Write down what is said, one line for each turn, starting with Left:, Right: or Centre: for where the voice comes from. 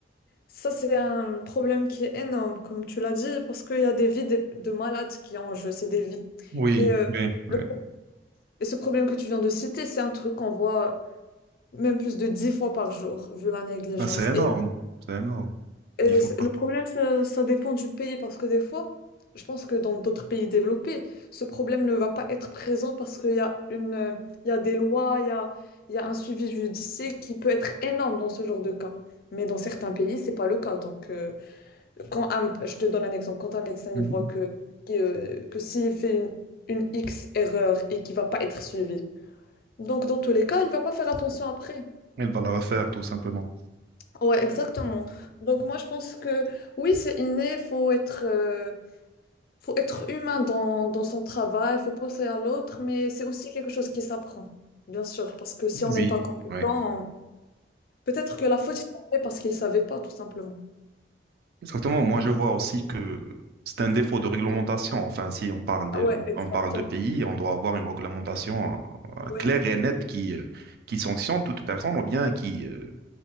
Left: ça, c'est un problème qui est énorme, comme tu l'as dit, parce qu'il y a des vies des- de malades qui ont en jeu, c'est des vies.
Right: Oui,
Left: Et, euh,
Right: oui,
Left: le
Right: oui.
Left: pro- et ce problème que tu viens de citer, c'est un truc qu'on voit même plus de 10 fois par jour, vu la négligence.
Right: Ah, c'est énorme,
Left: Et,
Right: c'est énorme.
Left: et
Right: Il faut.
Left: c- le problème, ça, ça dépend du pays, parce que des fois, je pense que dans d'autres pays développés, ce problème ne va pas être présent parce qu'il y a une, euh, il y a des lois, il y a, il y a un suivi judiciaire qui peut être énorme dans ce genre de cas. Mais dans certains pays, c'est pas le cas. Donc, euh, quand un- je te donne un exemple, quand un médecin
Right: Mhm.
Left: il voit que, que, euh, que s'il fait une, une X erreur et qu'il va pas être suivi, donc dans tous les cas, il va pas faire attention après.
Right: Il va la refaire, tout simplement.
Left: Ouais, exactement. Donc moi, je pense que oui, c'est inné, faut être, euh, faut être humain dans, dans son travail, faut penser à l'autre, mais c'est aussi quelque chose qui s'apprend, bien sûr, parce que si on n'est
Right: Oui,
Left: pas compétent,
Right: oui.
Left: on- peut-être que la faute, il l'a fait parce qu'il ne savait pas, tout simplement.
Right: Exactement. Moi, je vois aussi que c'est un défaut de réglementation. Enfin, si on parle de,
Left: Ah Ouais,
Right: on,
Left: exactement.
Right: on parle de pays, on doit avoir une réglementation euh,
Left: Oui.
Right: claire et nette qui, euh, qui sanctionne toute personne ou bien qui, euh,